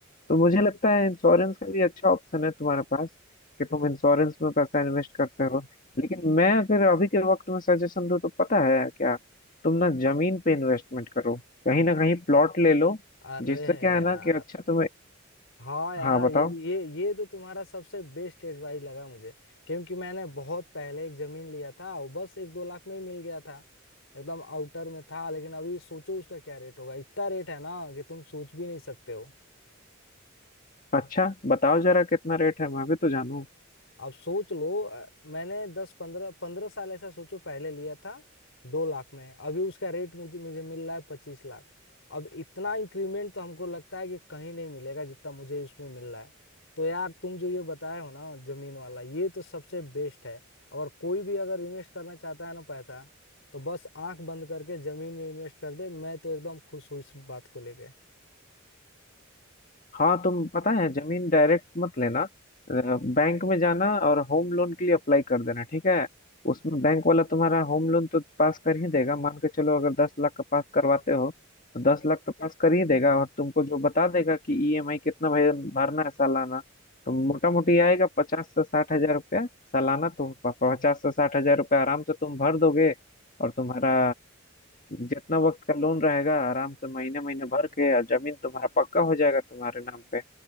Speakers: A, on the left (about 40°); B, on the left (about 65°).
A: तो मुझे लगता है इंश्योरेंस का भी अच्छा ऑप्शन है तुम्हारे पास कि तुम इंश्योरेंस में पैसा इन्वेस्ट करते हो लेकिन मैं अगर अभी के वक्त में सजेशन दूं तो पता है क्या तुम ना जमीन पे इन्वेस्टमेंट करो कहीं ना कहीं प्लॉट ले लो
B: अरे
A: जिससे क्या
B: यार
A: है ना कि अच्छा तुम्हें
B: हाँ यार
A: हाँ बताओ
B: ये ये ये तो तुम्हारा सबसे बेस्ट एडवाइस लगा मुझे क्योंकि मैंने बहुत पहले एक जमीन लिया था वो बस एक दो लाख में ही मिल गया था एकदम आउटर में था लेकिन अभी सोचो उसका क्या रेट होगा इतना रेट है ना कि तुम सोच भी नहीं सकते हो
A: अच्छा बताओ जरा कितना रेट है मैं भी तो जानूं
B: आप सोच लो अ, मैंने दस पंद्रह पंद्रह साल ऐसा सोचो पहले लिया था दो लाख में अभी उसका रेट मुझे मुझे मिल रहा है पच्चीस लाख अब इतना इंक्रीमेंट तो हमको लगता है कि कहीं नहीं मिलेगा जितना मुझे उसमें मिल रहा है तो यार तुम जो ये बताए हो ना जमीन वाला ये तो सबसे बेस्ट है और कोई भी अगर इन्वेस्ट करना चाहता है ना पैसा तो बस आंख बंद करके जमीन में इन्वेस्ट कर दे मैं तो एकदम खुश हूँ इस बात को लेके
A: हाँ तुम पता है जमीन डायरेक्ट मत लेना बैंक में जाना और होम लोन के लिए अप्लाई कर देना ठीक है उसमें बैंक वाला तुम्हारा होम लोन तो पास कर ही देगा मान के चलो अगर दस लाख का पास करवाते हो तो दस लाख तो पास कर ही देगा और तुमको जो बता देगा कि ईएमआई कितना भर- भरना है सालाना तो मोटा मोटी आएगा पचास से साठ हजार रुपया सालाना तो प- पचास से साठ हजार रुपया आराम से तुम भर दोगे और तुम्हारा जितना वक्त का लोन रहेगा आराम से महीने महीने भर के और जमीन तुम्हारा पक्का हो जाएगा तुम्हारे नाम पे